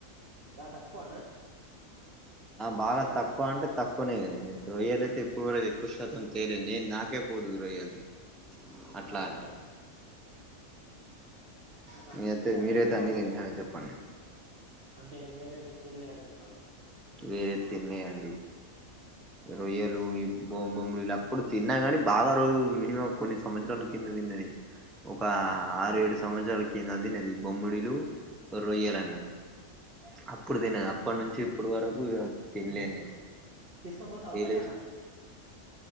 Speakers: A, on the right (about 45°); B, in the centre.
A: బా తక్కువనా
B: బాగా తక్కువ అంటే తక్కువనే కద నేను రొయ్యాల అయితే ఇప్పుడు వరకు ఎక్కువ శాతం తేలేదు నేను నాకే పోదు రొయ్యాల అట్లా
A: అవునా
B: అని
A: ఆహా
B: మీ
A: తినలేను
B: అయితే మీరైతే
A: ఎక్కువ
B: అన్నీ తింటార చెప్పండి
A: అంటే వేరేటి తిినలే అని చెప్పండి
B: వేరే తిన్నాయం అండి రొయ్యలు
A: సరే సరే
B: బొమ్ బొమ్ముడు అప్పుడు తిన్నాగాని బాగా రోజు మినిమం కొన్ని సంవత్సరాల కింద తిన్నది ఒక ఆరు ఏడు సంవత్సరాల కింద తిన్నది బొమ్మడిలు రొయ్యాల అన్నట్టు అప్పుడు తినది అప్పటి నుంచి ఇప్పుడు వరకు ఇగ తినలేను నేను
A: తీసుకాపోతావా
B: తేలే
A: పెట్టనా